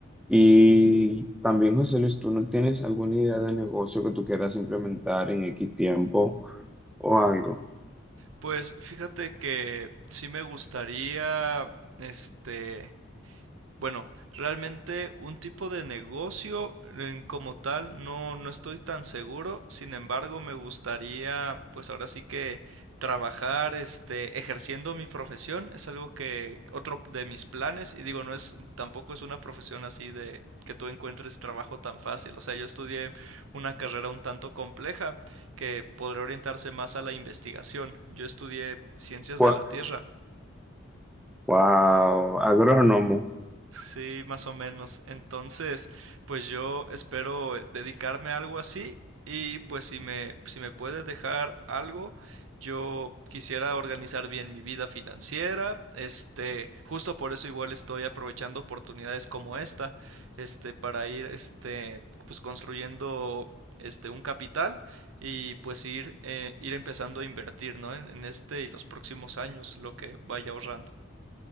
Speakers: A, in the centre; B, on the right.
A: Y también, José Luis, ¿tú no tienes alguna idea de negocio que tú quieras implementar en X tiempo o algo?
B: Pues fíjate que sí me gustaría, este, Bueno, realmente un tipo de negocio eh, como tal no, no estoy tan seguro. Sin embargo, me gustaría, pues ahora sí que trabajar, este, ejerciendo mi profesión. Es algo que otro de mis planes. Y digo, no es, tampoco es una profesión así de que tú encuentres trabajo tan fácil. O sea, yo estudié una carrera un tanto compleja que podría orientarse más a la investigación. Yo estudié ciencias
A: Gua-
B: de la Tierra.
A: Wow, agrónomo.
B: Sí, más o menos. Entonces, pues yo espero eh, dedicarme a algo así y pues si me, si me puedes dejar algo, yo quisiera organizar bien mi vida financiera. Este, justo por eso igual estoy aprovechando oportunidades como esta, este, para ir, este, pues construyendo, este, un capital y pues ir, eh, ir empezando a invertir, ¿no? En, en este y los próximos años, lo que vaya ahorrando.